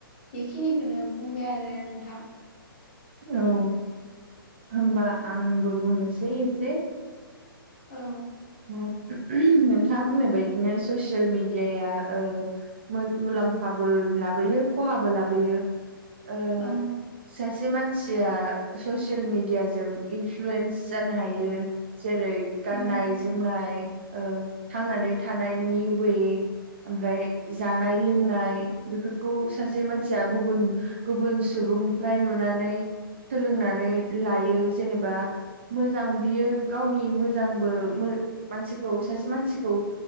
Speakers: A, on the left (about 25°); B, on the right (about 30°).
A: बेखिनिखौनो बुंबाय आरो नोंथां
B: औ होनबा आंबो बुंनोसै एसे
A: औ
B: नोंथाङा बुंनो बायदिनो ससियेल मिडियाया ओ मुलाम्फाबो लाबोयो खहाबो लाबोयो ओ
A: औ
B: सासे मानसिया ससियेल मिडियाजों इनफ्लुयेन्स जानो हायो जेरै गाननाय
A: औ
B: जो जोमनाय थांनानै ओ थानायनि वे ओमफ्राय जानाय लोंनाय बेफोरखौ सासे मानसिया गुबुन गुबुन सुबुंनिफ्राय नुनानै सोलोंनानै लायो जेनेबा मोजां बियो गावनि मोजांबो मो मानसिखौ सासे मानसिखौ